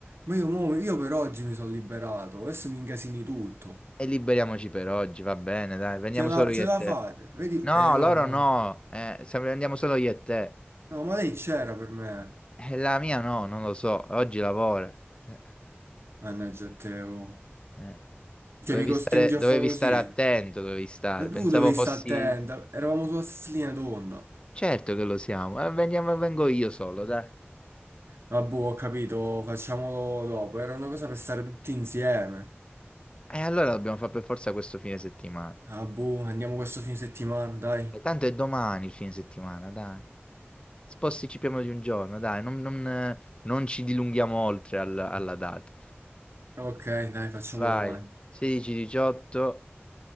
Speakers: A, on the right; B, on the left.
A: Ma io, mo- io per oggi mi sono liberato, adesso mi incasini tutto.
B: E liberiamoci per oggi, va bene, dai, veniamo
A: Ce la,
B: solo io
A: ce
B: e
A: la
B: te.
A: fate, vedi?
B: No,
A: Eh no,
B: loro
A: come-
B: no, eh, se andiamo solo io e te.
A: no, ma lei c'era per me,
B: Eh, la mia no, non lo so, oggi lavora. Eh,
A: mannaggia a te, oh.
B: eh.
A: Cioè
B: Dovevi
A: mi costringe
B: stare,
A: a
B: dovevi
A: fare così.
B: stare attento, dovevi stare.
A: Ma tu
B: Pensavo
A: dovevi
B: fossi...
A: stare attenta, eravamo sulla stessa linea d'onda.
B: Certo che lo siamo, eh, veniamo- vengo io solo, dai.
A: Ah boh, ho capito, facciamolo dopo, era una cosa per stare tutti insieme.
B: E allora dobbiamo fare per forza questo fine settimana.
A: Ah boh, andiamo questo fine settimana, dai.
B: E Tanto è domani il fine settimana, dai. Posticipiamo di un giorno, dai, non, non- non ci dilunghiamo oltre al- alla data.
A: Ok, dai, facciamo
B: Vai,
A: domani.
B: 16-18,